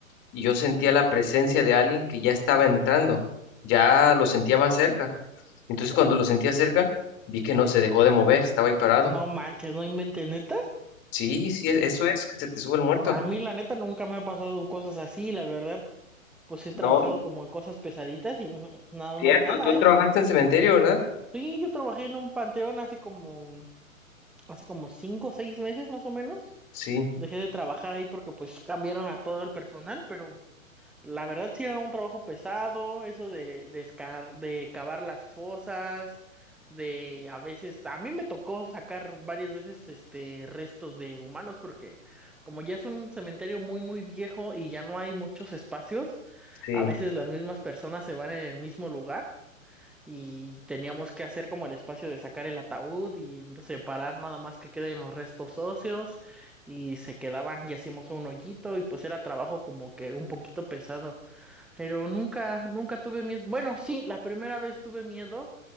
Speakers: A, on the left (about 25°); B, in the centre.
A: Y yo sentía la presencia de alguien que ya estaba entrando, ya lo sentía más cerca. Entonces cuando lo sentía cerca, vi que no se dejó de mover, estaba ahí parado.
B: No manches, no inventes, neta.
A: Sí, sí, es- eso es, que se te sube el muerto.
B: A mí la neta nunca me ha pasado cosas así, la verdad. Pues he
A: No,
B: trabajado
A: y-
B: como en cosas pesaditas y mm, nada
A: cierto,
B: más nada,
A: tú trabajaste
B: ¿eh?
A: en cementerio, ¿verdad?
B: Sí, yo trabajé en un panteón hace como, hace como cinco o seis meses más o menos.
A: Sí,
B: Dejé de trabajar ahí porque pues cambiaron a todo el personal, pero La verdad sí era un trabajo pesado, eso de, de, escar- de cavar las fosas, de a veces, a mí me tocó sacar varias veces este restos de humanos porque como ya es un cementerio muy muy viejo y ya no hay muchos espacios,
A: sí,
B: a veces las mismas personas se van en el mismo lugar y teníamos que hacer como el espacio de sacar el ataúd y separar nada más que queden los restos óseos y se quedaban y hacíamos un hoyito y pues era trabajo como que un poquito pesado. Pero nunca, nunca tuve miedo. Bueno, sí, la primera vez tuve miedo,